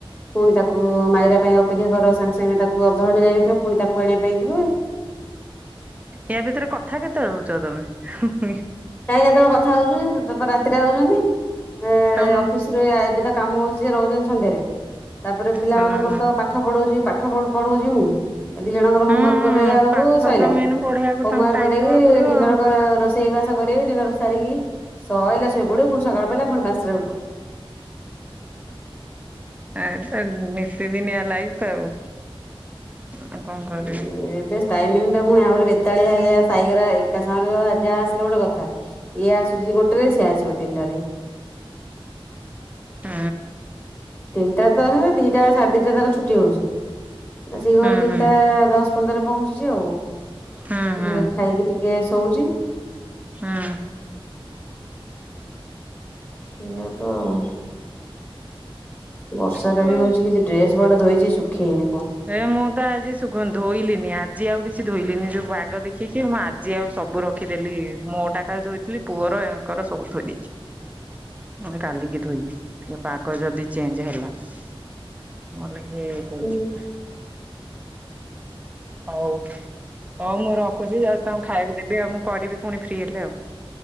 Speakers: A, on the left (about 20°); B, on the right (about 15°).
A: ପୁଣି ତାକୁ ମାଇରା ପାଇଁ ଅପେକ୍ଷା କର ସାଙ୍ଗେ ସାଙ୍ଗେ ତାକୁ ଅଧଘଣ୍ଟା ଯାଇନଥିବ ପୁଣି ତାକୁ ଆଣିବା ପାଇଁ ଯିବୁ।
B: ୟା ଭିତରେ କଥା କେତେବେଳେ ହୋଉଚ ତମେ ହୁଁ।
A: କାଇଁ କେତେବେଳେ କଥା ହଉଥିଲି ତାପରେ ରାତିରେ ଆଉଚନ୍ତି ଏ
B: ତମ
A: ଅଫିସରେ କାମ ହଉଚି ସିଏ ରହୁଚନ୍ତି ସନ୍ଧ୍ୟାରେ ତାପରେ ପିଲାମାନଙ୍କର
B: ହୁଁ
A: ତ ପାଠ ପଢଉଛି ପାଠ ପ ପଢଉଚି ମୁଁ। ଦି ଜଣଙ୍କର
B: ହୁଁ
A: ହୋମୱାର୍କ କରାଇଲା ଏଳକୁ
B: ପାଠ
A: ଉ ସଇଲା
B: ତ ମେନ୍ ପଢେଇବାକୁ
A: ହୋମୱାର୍କ
B: ତାଙ୍କୁ ଟାଇମ
A: କରେଇକି
B: ଦବାକୁ ପଡିବ
A: ଡିନର
B: ଆଉ।
A: କ ରୋଷେଇ ବାସ କରେଇବି ଡିିନର ସାରିକି ସଇଲା ଶୋଇପଡିବୁ। ସକାଳେ ପାହିଲା ଫୁଣି ପାଞ୍ଚଟା ରେ ଉଠ।
B: ଏତ ନିତିଦିନିଆ ଲାଇଫ ଆଉ। ଆଉ କଣ କରିବା।
A: ଉଁ ଉଁ ଏବେ ଟାଇମିଙ୍ଗ ଏ ପୁଣି ଆହୁରି ବେତାଳିଆ ହେଇଲା ସାଇଗରା ଏକା ସାଙ୍ଗରେ ଯାହା ଆସିଲେ ଗୋଟେ କଥା। ଇଏ ଆସୁଛି ଗୋଟେ ରେ ସିଏ ଆସିବ ତିନିଟାରେ।
B: ହୁଁ।
A: ଦିଟା ତ ନୁହେଁ ଦିଟା ସାଢେ ଦିଟାରେ ତାର ଛୁଟି ହଉଛି ଆସିକି ଘରେ
B: ହୁଁ
A: ତିନଟା
B: ହୁଁ
A: ଦଶ ପନ୍ଦରେ ପହଞ୍ଚୁଚି ଆଉ
B: ହୁଁ ହୁଁ
A: ଏ ଖାଇକି ଟିକେ ଶଉଚି।
B: ହଁ।
A: ଏଇଆ ତ ଆଉ। ବର୍ଷାଟା
B: ହୁଁ
A: ବି ହଉଚି କିଛି ଡ୍ରେସ ପଟା ଧୋଇଛି ଶୁଖେଇ
B: ଏଆ ମୁଁ ତ ଆଜି ଶୁଗ ଧୋଇଲିନି ଆଜି ଆଉ କିଛି ଧୋଇଲିନି। ଯଉ ପାଗ ଦେଖିକି ମୁଁ ଆଜି ଆଉ ସବୁ ରଖିଦଥିଲି ମୁଁଟା ଖାଲି ଧୋଇଥିଲି ପୁଅର ଏଙ୍କର ସବୁ ଥୋଇଦେଇଥିଲି। ପୁଣି କାଲିକି ଧୋଇବି ଏ ପାଗ ଯଦି ଚେଞ୍ଜ ହେଲା ନଲେ ଏ କରୁଛି।
A: ହୁଁ।
B: ହଉ ହଉ ମୁଁ ଖୁଛି ଯାଉ ତାଙ୍କୁ ଖାଇବାକୁ ଦେବି ଆଉ ମୁଁ କରିବି ପୁଣି ଫ୍ରି ହେଲେ ଆଉ।